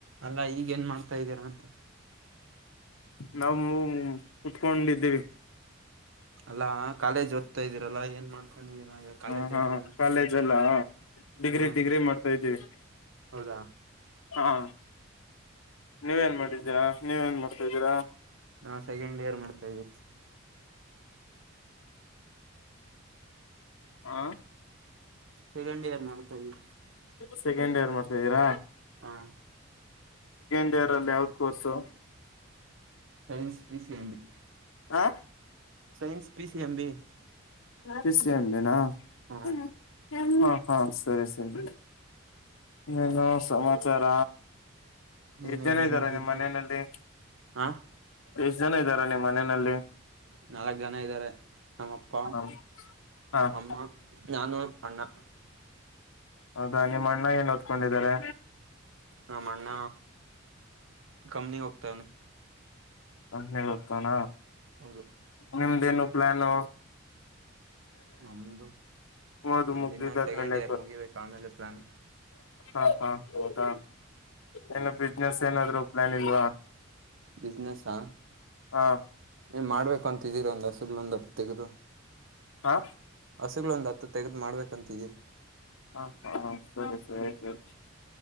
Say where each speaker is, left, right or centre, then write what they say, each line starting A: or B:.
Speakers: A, on the right; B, on the left.
A: ಅಲ್ಲಾ ಈಗ ಏನ್ ಮಾಡ್ತಾ ಇದ್ದೀರಾ ಅಂತ.
B: ನಾವ ಕುತ್ಕೊಂಡಿದ್ದೀವಿ.
A: ಅಲ್ಲಾ ಕಾಲೇಜ್ ಓದ್ತಾ ಇದ್ದೀರಲ್ಲ ಏನ್ ಮಾಡ್ಕೊಂಡಿದೀರಾ ಈಗ ಕಾಲೇಜ
B: ಹ ಹಾ
A: ಇಲ್ಲ.
B: ಕಾಲೇಜ್ ಎಲ್ಲ ಡಿಗ್ರಿ
A: ಹ್ಮ
B: ಡಿಗ್ರಿ ಮಾಡ್ತಾ್ದೀವಿ
A: ಹೌದಾ
B: -ಹಾ ನೀವೇನ್ ಮಾಡಿದ್ದೀರಾ ನೀವೇನ್ ಮಾಡ್ತಾ ಇದಿದ್ದೀರಾ.
A: ನಾ- ಸೆಕೆಂಡ್ ಇಯರ್ ಮಾಡ್ತಾ ಇದ್ದೀರಿ.
B: ಆ
A: ಸೆಕೆಂಡ್ ಇಯರ್ ಮಾಡ್ತಾ ಇದವಿ.
B: ಸೆಕೆಂಡಿರ್ ಮಾಡ್ತಾ ಇದ್ದೀರಾ.
A: ಹಾ
B: <unintelligible> ರಲ್ಲಿ ಯಾವ್ದ course.
A: Science P- C M- B-
B: ಹಾ
A: science P- C -M- B-
B: P C M- ಬಿ-ಅಂಬನಾ
A: ಹ
B: ಹ -ಹಾ ಸರಿ ಸರಿ ಇಏನು ಸಮಾಚಾರ. ಎಷ್ಟು
A: ಏನಿಲ್ಲ
B: ಜನ ಇದ್ದಾರ
A: ಏನಾದ್ರು
B: ನಿಮ್ಮ್
A: ಇದ್ರೆ
B: ಮನೆಯಲ್ಲಿ.
A: ಹ
B: ಎಷ್ಟು ಜನ ಇದ್ದಾರ ನಿಮ್ಮ್ ಮನೆಯಲ್ಲಿ.
A: ನಾಲ್ಕ್ ಜನ ಇದ್ದಾರೆ ನಮ್ಮಪ್ಪ
B: ಹ ಹಾ
A: ಅಮ್ಮ. ನಾನು ಅಣ್ಣ.
B: ಹೌದಾ ನಿಮ್ಮ ಅಣ್ಣ ಏನ್ ಓದ್ಕೊಂಡಿದಿದ್ದಾರೆ.
A: ನಮ್ಮ ಅಣ್ಣ ಕಂಪನಿ ಹೋಗ್ತವನ.
B: ಮ್ಮೆ- ಗೊತಣ
A: ಹೌದು
B: ನಿಮ್ದೇನು ಪ್ಲಾನ್
A: ನಮ್ದು
B: ಓದು
A: ನಮ್ದು
B: ಮುಗ್ದಿದ್ದಾದ್ಮೇಲೆ
A: ಇನ್ನ ಸೆಕೆಂಡ್ ಇಯರ್ ಮುಗಿಬೇಕು ಆಮೇಲೆ ಪ್ಲಾನ್.
B: ಹಾ- ಹಾ -ಹೌದಾ.
A: ಹೌದು
B: ಏನು ಬಿಸ್ನೆಸ್ ಏನಾದ್ರು ಪ್ಲಾನ್ ಇಲ್ವಾ.
A: ಬಿಸ್ನೆಸ್ಸಾ
B: ಹಾ
A: ಏ ಮಾಡ್ಬೇಕು ಅಂತಿದ್ದೀರ ಒಂದ ಹಸಗ್ ಒಂದುತ್ತು ತೆಗದು
B: ಹಾ
A: ಹಸುಗ್ಗಳು ಒಂದ್ ಹತ್ತ ತೆಗದ್ ಮಾಡ್ಬೇಕಂತಿದೀರಿ
B: ಹಾ ಹಾ ಸರಿ ಸರಿ ಸರಿ